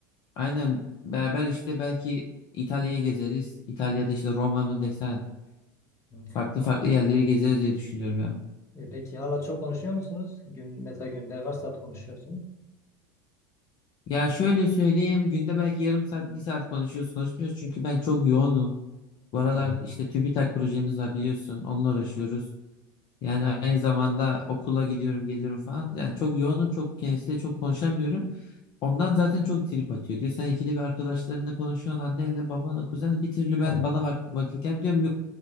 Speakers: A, on the left; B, on the left.
A: Aynen beraber işte belki İtalya'yı gezeriz. İtalya'da işte Roma mı desen.
B: Hmm.
A: Farklı
B: Ha,
A: farklı yerleri gezeriz diye düşünüyorum ya.
B: e, peki hala çok konuşuyor musunuz? Gün, mesela günde kaç saat konuşuyorsunuz?
A: Ya şöyle söyleyeyim. Günde belki yarım saat, bir saat konuşuyoruz, konuşmuyoruz. Çünkü ben çok yoğunum. Bu
B: Hmm,
A: aralar işte TÜBİTAK projemiz var biliyorsun. Onunla uğraşıyoruz. Yani
B: hmm.
A: aynı zamanda okula gidiyorum, geliyorum falan. Yani çok yoğunum, çok kendisiyle çok konuşamıyorum. Ondan zaten çok trip atıyor. Diyor sen ikide bir arkadaşlarınla konuşuyorsun, annenle, babanla, kuzenle. Bir türlü
B: <laughs>
A: ben bana vak vakit gelmiyor. Diyorum yok.